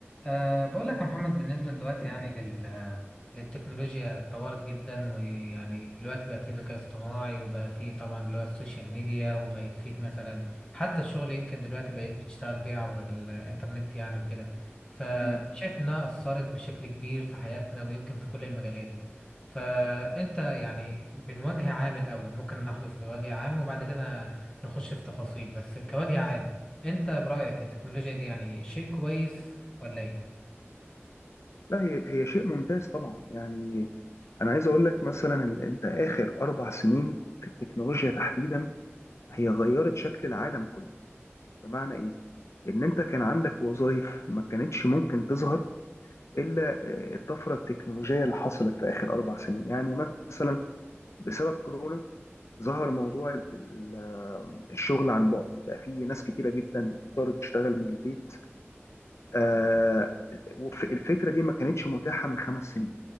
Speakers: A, on the left; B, on the left.
A: أه بقول لك يا محمد بالنسبة دلوقتي يعني لل... للتكنولوجيا اتطورت جدا ويعني دلوقتي بقى فيه ذكاء اصطناعي وبقى فيه طبعا اللي هو السوشيال ميديا وبقيت فيه مثلا حتى الشغل يمكن دلوقتي بقيت بتشتغل بيه عبر الإنترنت يعني وكده فشايف
B: مم.
A: إنها أثرت بشكل كبير في حياتنا ويمكن في كل المجالات فأنت يعني من وجه عام الأول ممكن ناخده في وجه عام وبعد كده نخش في تفاصيل بس كوجه عام أنت برأيك التكنولوجيا دي يعني شيء كويس ولا إيه؟
B: لا هي هي شيء ممتاز طبعا يعني انا عايز اقول لك مثلا إن انت اخر اربع سنين في التكنولوجيا تحديدا هي غيرت شكل العالم كله بمعنى ايه ان انت كان عندك وظائف ما كانتش ممكن تظهر الا آه، الطفره التكنولوجيه اللي حصلت في اخر اربع سنين يعني مثلا بسبب كورونا ظهر موضوع ال- ال- الشغل عن بعد بقى في ناس كتيره جدا بتضطر تشتغل من البيت آه، وف- الفكره دي ما كانتش متاحه من خمس سنين